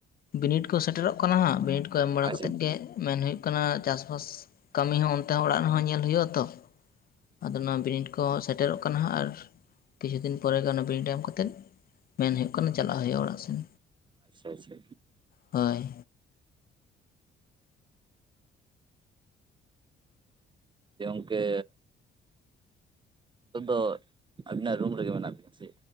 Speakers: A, on the left (about 50°); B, on the right (about 25°).
A: ᱵᱤᱱᱤᱰ ᱠᱚ ᱥᱮᱴᱮᱨᱚᱜ ᱠᱟᱱᱟ ᱦᱟᱸᱜ ᱵᱤᱱᱤᱰ ᱠᱚ ᱮᱢ ᱵᱟᱲᱟ
B: ᱟᱪᱪᱷᱟ
A: ᱠᱟᱛᱮᱫ ᱜᱮ ᱢᱮᱱ ᱦᱩᱭᱩᱜ ᱠᱟᱱᱟ᱾ ᱪᱟᱥ ᱵᱟᱥ ᱠᱟᱹᱢᱤ ᱦᱚᱸ ᱚᱱᱛᱮ ᱦᱚᱸ ᱚᱲᱟᱜ ᱨᱮᱦᱚᱸ ᱧᱮᱞ ᱦᱩᱭᱩᱜᱼᱟ ᱛᱚ᱾ ᱟᱫᱚ ᱚᱱᱟ ᱵᱤᱱᱤᱰ ᱠᱚᱦᱚᱸ ᱥᱮᱴᱮᱨᱚᱜ ᱠᱟᱱᱟ ᱦᱟᱸᱜ ᱟᱨ ᱠᱤᱪᱷᱩ ᱫᱤᱱ ᱯᱚᱨᱮ ᱜᱮ ᱚᱱᱮ ᱵᱤᱱᱤᱰ ᱮᱢ ᱠᱟᱛᱮᱜ ᱢᱮᱱ ᱦᱩᱭᱩᱜ ᱠᱟᱱᱟ ᱪᱟᱞᱟᱜ ᱦᱩᱭᱩᱜᱼᱟ ᱚᱲᱟᱜ ᱥᱮᱱ᱾
B: ᱟᱪᱷᱟ ᱟᱪᱷᱟ᱾
A: ᱦᱳᱭ᱾
B: ᱡᱮ ᱜᱚᱝᱠᱮ ᱱᱤᱛᱚᱜ ᱫᱚ ᱟᱵᱤᱱᱟᱜ ᱨᱩᱢ ᱨᱮᱜᱮ ᱢᱮᱱᱟᱜ ᱵᱤᱱᱟ ᱥᱮ?